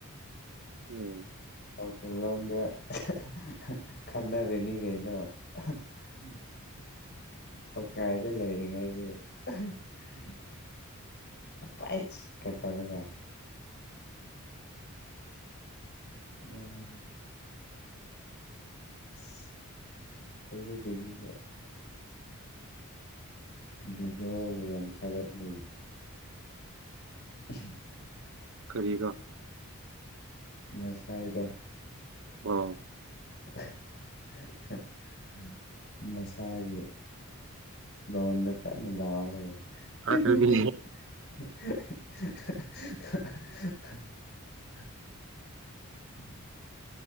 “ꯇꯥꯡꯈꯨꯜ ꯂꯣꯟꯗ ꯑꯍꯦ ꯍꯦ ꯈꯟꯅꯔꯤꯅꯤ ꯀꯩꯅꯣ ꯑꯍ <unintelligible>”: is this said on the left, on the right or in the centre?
Left